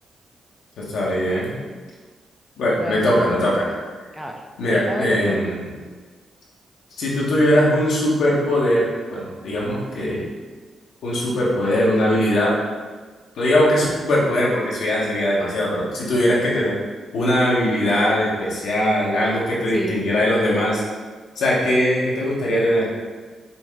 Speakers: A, on the left; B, in the centre.
A: Está bien. Bueno,
B: Bueno,
A: me toca, me toca.
B: A ver,
A: Mira,
B: cuéntamelo
A: em,
B: todo.
A: si tú tuvieras un superpoder, bueno, digamos que un superpoder, una habilidad, no digamos que superpoder porque eso ya sería demasiado, pero si tuvieras que tener una habilidad especial, algo que te
B: Sí,
A: distinguiera de los demás, o sea, ¿qué, qué te gustaría tener? O